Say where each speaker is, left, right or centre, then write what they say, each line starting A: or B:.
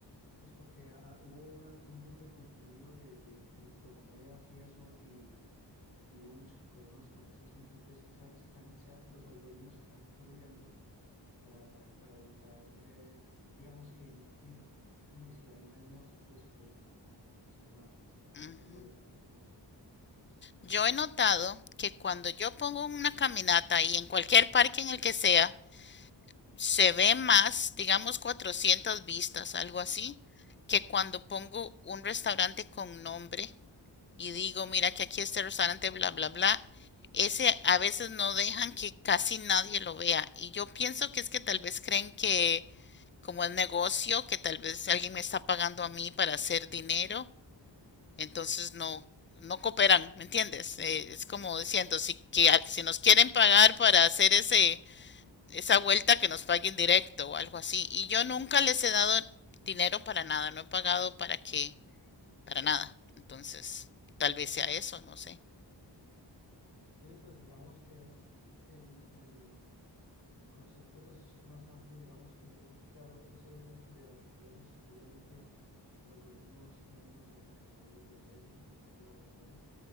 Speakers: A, on the left; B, on the left.
A: pues porque ah, hubo una- un boom de contenido de, de criptomonedas y eso, y, y hubo muchos problemas con ese asunto. Entonces, se, se están, se- los algoritmos se están cubriendo para, para evitar, eh, digamos que emitir publicidad engañosa, pues, o, o malintencionada. Están tratando
B: Ujú.
A: de protegerse por eso.
B: Yo he notado que cuando yo pongo una caminata y en cualquier parque en el que sea, se ve más, digamos 400 vistas, algo así, que cuando pongo un restaurante con nombre y digo, mira que aquí este restaurante, bla, bla, bla, ese a veces no dejan que casi nadie lo vea. Y yo pienso que es que tal vez creen que como es negocio, que tal vez alguien me está pagando a mí para hacer dinero entonces no, no cooperan, ¿me entiendes? Eh, es como diciendo, si, que, si nos quieren pagar para hacer ese, esa vuelta, que nos paguen directo o algo así. Y yo nunca les he dado dinero para nada, no he pagado para qué, para nada. Entonces, tal vez sea eso, no sé.
A: Sí, pues digamos que el, el- el concepto pues, es más amplio, digamos que, eh, claro, eso depende de las regiones, obviamente los algoritmos tienen unas modificaciones depende- dependiendo de las regiones,